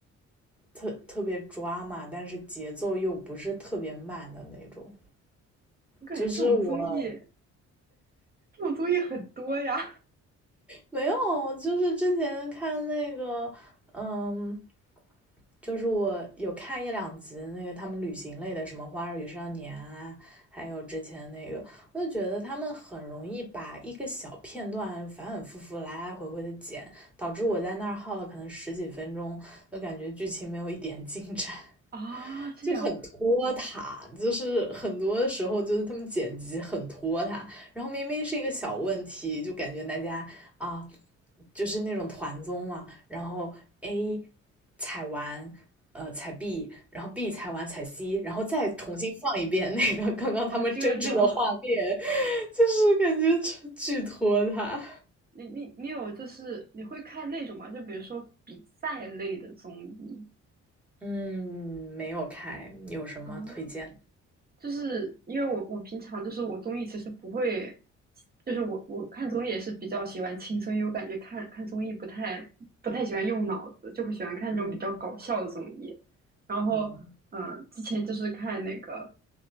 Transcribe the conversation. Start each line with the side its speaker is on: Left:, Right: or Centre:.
Centre: 特特别抓嘛，但是节奏又不是特别慢的那种。
Right: 我感觉这种综艺，
Centre: 就是我
Right: 这种综艺很多呀。
Centre: 没有，就是之前看那个，嗯，就是我有看一两集那个他们旅行类的，什么《花儿与少年》啊，还有之前那个，我就觉得他们很容易把一个小片段反反复复、来来回回的剪，导致我在那儿耗了可能十几分钟，就感觉剧情没有一点进展。
Right: 啊，这样
Centre: 就很拖沓，就是很多时候就是他们剪辑很拖沓，然后明明是一个小问题，就感觉大家啊，就是那种团综嘛，然后 A 踩完，呃踩 B，然后 B 踩完踩 C，然后再重新放一遍那个刚刚他们争执的画面，
Right: 啊，这种
Centre: <laughs> 就是感觉巨巨拖沓。
Right: 你你你有就是你会看那种吗？就比如说比赛类的综艺
Centre: 嗯，没有开，有什么推荐？
Right: 啊，就是因为我我平常就是我综艺其实不会，就是我我看综艺也是比较喜欢轻松，因为我感觉看看综艺不太不太喜欢用脑子，就会喜欢看那种比较搞笑的综艺。
Centre: 嗯
Right: 然后嗯，
Centre: 嗯，
Right: 呃之前就是看那个